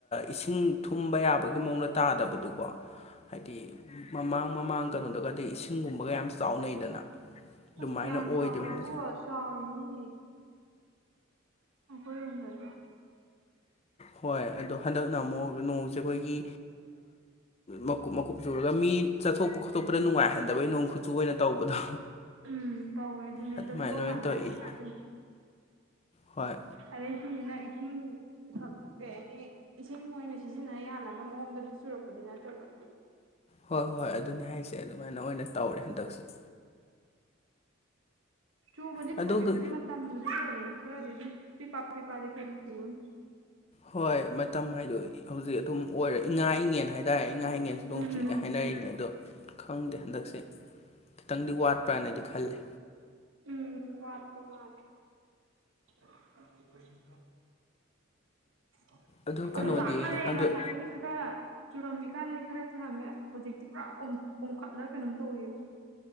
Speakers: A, on the left; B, on the right.
A: ꯏꯁꯤꯡ ꯊꯨꯝꯕ ꯌꯥꯕꯒꯤ ꯃꯑꯣꯡꯗ ꯇꯥꯗꯕꯗꯨꯀꯣ ꯍꯥꯏꯗꯤ ꯃꯃꯥꯡ ꯃꯃꯥꯡ ꯀꯩꯅꯣꯗꯒꯗꯤ ꯏꯁꯤꯡꯒꯨꯝꯕꯒ ꯌꯥꯝ ꯆꯥꯎꯅꯩꯗꯅ ꯑꯗꯨꯃꯥꯏꯅ
B: ꯁꯌꯥꯟ
A: ꯑꯣꯏꯗꯦꯕ
B: ꯆꯕꯕꯨ
A: ꯍꯟꯗꯛꯁꯦ
B: ꯆꯥꯎꯔꯤꯅꯤꯅꯦ ꯑꯩꯈꯣꯏꯔꯣꯝꯗꯁꯨ
A: ꯍꯣꯏ ꯑꯗꯣ ꯍꯟꯗꯛꯅ ꯑꯃꯨꯛ ꯅꯣꯡꯁꯦ ꯑꯩꯈꯣꯏꯒꯤ ꯃꯀꯨꯞ ꯃꯀꯨꯞ ꯆꯨꯔꯒ ꯃꯤ ꯆꯠꯊꯣꯛꯄ ꯈꯣꯠꯇꯣꯛꯄꯗ ꯅꯨꯡꯉꯥꯏꯍꯟꯗꯕꯩ ꯅꯣꯡ ꯈꯨꯠꯆꯨ ꯑꯣꯏꯅ ꯇꯧꯕꯗꯣ
B: ꯎꯝ ꯇꯧꯋꯦ ꯑꯗꯨꯅꯦ
A: ꯑꯗꯨꯃꯥꯏꯅ
B: ꯆꯠꯊꯣꯛꯑꯀꯥꯟꯗ
A: ꯑꯣꯏꯅ ꯇꯧꯔꯛꯏꯁꯦ
B: ꯌꯥꯝ ꯅꯨꯡꯉꯥꯏꯖꯦ
A: ꯍꯣꯏ
B: ꯑꯗꯩ ꯏꯁꯤꯡꯁꯤꯅ ꯏꯁꯤꯡ ꯀꯩ ꯍꯥꯏꯅꯤ ꯏꯁꯤꯡ ꯑꯣꯏꯅ ꯁꯤꯖꯤꯟꯅ ꯌꯥꯅꯕ ꯃꯑꯣꯡꯗꯗꯤ ꯆꯨꯔꯛꯄꯗꯤ ꯅꯠꯇꯕ
A: ꯍꯣꯏ ꯍꯣꯏ ꯑꯗꯨꯅꯦ ꯍꯥꯏꯁꯦ ꯑꯗꯨꯃꯥꯏꯅ ꯑꯣꯏꯅ ꯇꯧꯔꯦ ꯍꯟꯗꯛꯁꯦ
B: ꯆꯨꯕꯗꯤ
A: ꯑꯗꯨꯒ
B: ꯍꯧꯖꯤꯛꯄꯨꯗꯤ ꯃꯇꯝꯗꯗꯤ ꯑꯣꯏꯔꯅꯤ ꯈꯔꯗꯤ ꯑꯗꯨꯝ ꯄꯤꯄꯥ ꯄꯤꯄꯥꯗꯤ ꯈꯔꯗꯤ ꯆꯨꯒꯅꯤ
A: ꯍꯣꯏ ꯃꯇꯝ ꯍꯥꯏꯗꯣ ꯍꯧꯖꯤꯛ ꯑꯗꯨꯝ ꯑꯣꯏꯔꯣ ꯏꯉꯥ ꯏꯉꯦꯟ ꯍꯥꯏꯇꯥꯔꯦ ꯏ ꯉꯥ ꯏꯉꯦꯟꯁꯨ ꯅꯣꯡ
B: ꯎꯝ
A: ꯆꯨꯏꯒ ꯍꯥꯏꯅꯔꯤꯅꯦ ꯑꯗꯣ ꯈꯪꯗꯦ ꯍꯟꯗꯛꯁꯦ ꯈꯤꯇꯪꯗꯤ ꯋꯥꯠꯄ꯭ꯔꯅꯗꯤ ꯈꯜꯂꯦ
B: ꯎꯝ ꯋꯥꯄ ꯃꯥ <unintelligible> <unintelligible>
A: ꯑꯗꯨ
B: ꯑꯣꯝꯆꯥꯛꯅꯔꯦ
A: ꯀꯩꯅꯣꯗꯤ ꯍꯗꯣꯛ
B: ꯉꯁꯥꯏꯒꯗꯤ ꯈꯔ ꯆꯨꯔꯝꯃꯤꯀꯥꯟꯗꯗꯤ ꯈꯔ ꯊꯔꯝꯃꯦ ꯍꯧꯖꯤꯛꯇꯤ ꯄꯨꯔꯥ ꯑꯣꯡꯈꯠꯂ ꯀꯩꯅꯣꯝ ꯇꯧꯔꯦꯕꯣ